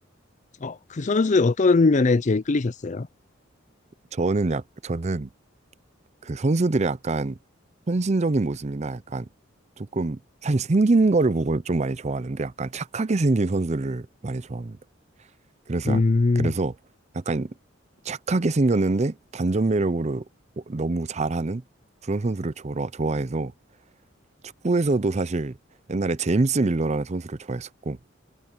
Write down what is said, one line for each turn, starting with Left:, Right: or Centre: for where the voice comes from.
Left: 어, 그 선수의 어떤 면에 제일 끌리셨어요?
Right: 저는 약 저는 그 선수들의 약간 헌신적인 모습이나 약간 조금 사실 생긴 거를 보고 좀 많이 좋아하는데 약간 착하게 생긴 선수를 많이 좋아합니다. 그래서
Left: 음,
Right: 약- 그래서 약간 착하게 생겼는데 반전 매력으로 너무 잘하는 그런 선수를 좋아- 좋아해서 축구에서도 사실 옛날에 제임스 밀러라는 선수를 좋아했었고,